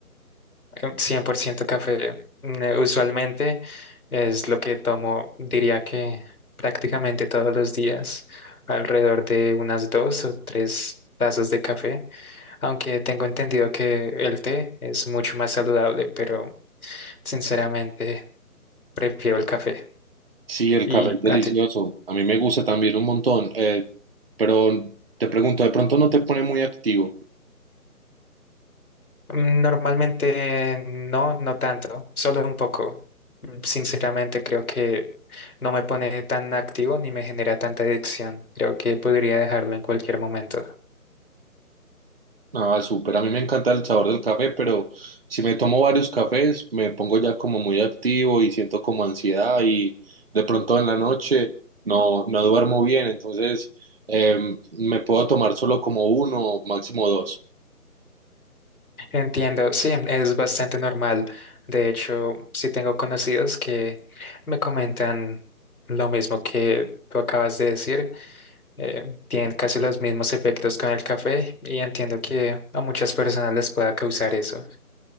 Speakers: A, on the left; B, on the right.
A: eh, 100% café. Mm, Usualmente es lo que tomo, diría que prácticamente todos los días, alrededor de unas dos o tres tazas de café, aunque tengo entendido que el té es mucho más saludable, pero sinceramente prefiero el café.
B: Sí, el
A: ¿Y
B: café es delicioso.
A: a ti?
B: A mí me gusta también un montón. eh, pero te pregunto, ¿de pronto no te pone muy activo?
A: Mm, Normalmente no, no tanto, solo un poco. Mm, Sinceramente creo que no me pone tan activo ni me genera tanta adicción. Creo que podría dejarlo en cualquier momento.
B: Ah, súper. A mí me encanta el sabor del café, pero si me tomo varios cafés, me pongo ya como muy activo y siento como ansiedad y de pronto en la noche no, no duermo bien. Entonces, em, me puedo tomar solo como uno, máximo dos.
A: Entiendo, sí, es bastante normal. De hecho, sí tengo conocidos que me comentan lo mismo que tú acabas de decir. eh, tienen casi los mismos efectos con el café y entiendo que a muchas personas les pueda causar eso.